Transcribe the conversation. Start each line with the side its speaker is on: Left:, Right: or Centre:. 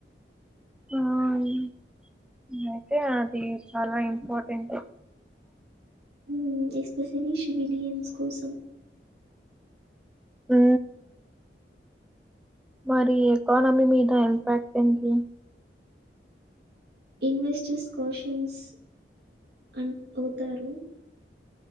Centre: ఆ అండి అది అయితే అది చాలా ఇంపార్టెంటె
Right: ఊ ఎస్పెషలీ సివిలియన్స్ కోసం
Centre: ఊ మరి ఎకానమీ మీద ఇంపాక్ట్ ఏంటి
Right: ఇన్వెస్టర్స్ కాషన్స్ అన్ ‌పోతారు